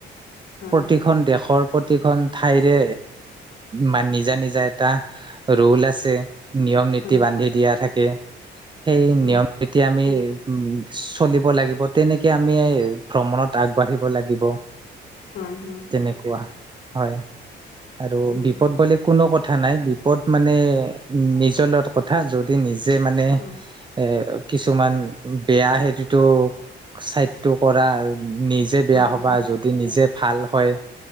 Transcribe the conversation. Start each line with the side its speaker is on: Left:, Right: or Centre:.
Left: হয়
Right: প্ৰতি প্ৰতিখন দেশৰ প্ৰতিখন ঠাইৰে মান নিজা নিজা এটা ৰোল আছে, নিয়ম নীতি
Left: হয়
Right: বান্ধি দিয়া থাকে। সেই নিয়ম
Left: হয়
Right: নীতিয়া আমি উ চলিব লাগিব, তেনেকে আমি ভ্ৰমণত আগবাঢ়িব লাগিব।
Left: হয় হয়।
Right: তেনেকুৱ হয় আৰু
Left: উম
Right: বিপদ বুলি কোনো ক থা নাই, বিপদ মানে নিজৰ লগত কথা যদি নিজে মানে
Left: হয়
Right: এ কিছুমান বেয়া সেইটোতো চাইডটো কৰা নিজ নিজে বেয়া
Left: হয়
Right: হ'বা,
Left: হয়
Right: যদি নিজে ভাল হয়